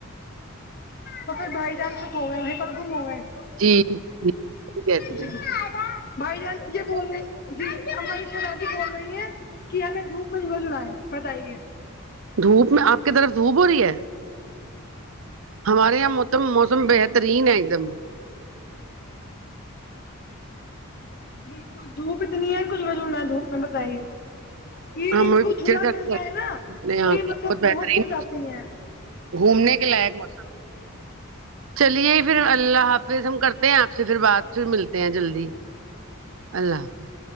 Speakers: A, on the left (about 45°); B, on the right (about 65°).
A: تو پھر بھائی جان چکو گئے وہیں پر گھوم ہو گئے
B: جی جی صحیح کہہ رہی
A: جی
B: ہیں
A: بھائی جان یہ بول رہی جی ہم شاجی بول رہی ہیں کہ ہمیں دھوپ میں جھلا جلا ہے بتائیے
B: دھوپ میں آپ کی طرف دھوپ ہو رہی ہے ہمارے یہاں موم موسم بہترین ہے ایک دم ناقابل سماعت
A: بالکل دھوپ اتنی ہے کچھا میں دھوپ میں بتائی یہ
B: ہم
A: ان
B: ابھی
A: کو
B: پکچر
A: جھولا
B: سینڈ
A: مل
B: کر رہے
A: جائے نا
B: ہیں اپنے یہاں
A: تو یہ
B: کی
A: مطلب
B: بہترین
A: بہت ہو جاتی ہیں
B: گھومنے کے لائق مس چلیے پھر اللہ حافظ ہم کرتے ہیں آپ سے پھر بعات پھر ملتے ہیں جلدی اللہ حافظ